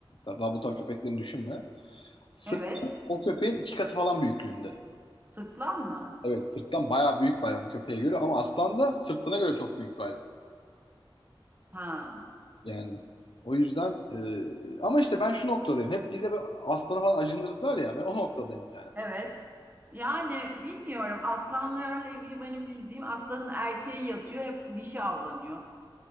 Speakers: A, on the left; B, on the right.
A: laboratuvar köpeklerini düşünme. Sırt
B: Evet.
A: o köpeğin iki katı falan büyüklüğünde.
B: Sırtlan mı?
A: Evet sırttan bayağı büyük bir hayvan köpeğe göre ama aslan da sırtına göre çok büyük bir hayvan.
B: Ha.
A: Yani o yüzden e, ama işte ben şu noktadayım. Hep bize bir aslanı falan acındırdılar ya. Ben o noktadayım yani.
B: Evet. Yani bilmiyorum. Aslanlarla ilgili benim bildiğim aslanın erkeği yatıyor hep dişi avlanıyor.